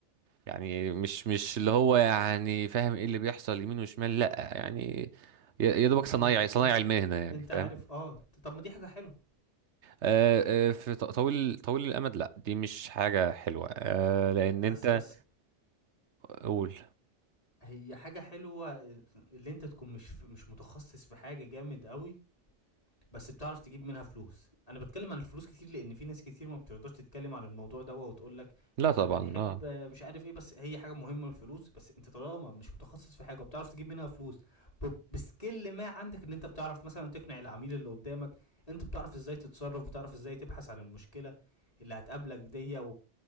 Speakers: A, on the right; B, on the left.
A: يعني مش مش اللي هو يعني فاهم ايه اللي بيحصل يمين وشمال لا يعني يا يا دوبك
B: انت
A: صنايعي
B: انت انت
A: صنايعي المهنه يعني
B: انت عارف
A: فاهم
B: اه طب ما دي حاجه حلوه
A: أه، أه، في ط- طويل طويل الامد لا دي مش حاجه حلوه أه، لان انت
B: بس بس
A: قول
B: هي حاجه حلوه اللي انت تكون مش مش متخصص في حاجه جامد قوي بس بتعرف تجيب منها فلوس انا بتكلم عن الفلوس كتير لان في ناس كتير ما بترضاش تتكلم عن الموضوع ده وتقول لك
A: لا
B: احنا
A: طبعا
B: بنحب
A: اه
B: آه، مش عارف ايه بس هي حاجه مهمه الفلوس بس انت طالما مش متخصص في حاجه وبتعرف تجيب منها فلوس ب- بسكيل ما عندك ان انت بتعرف مثلا تقنع العميل اللي قدامك انت بتعرف ازاي تتصرف بتعرف ازاي تبحث عن المشكله اللي هتقابلك دي و...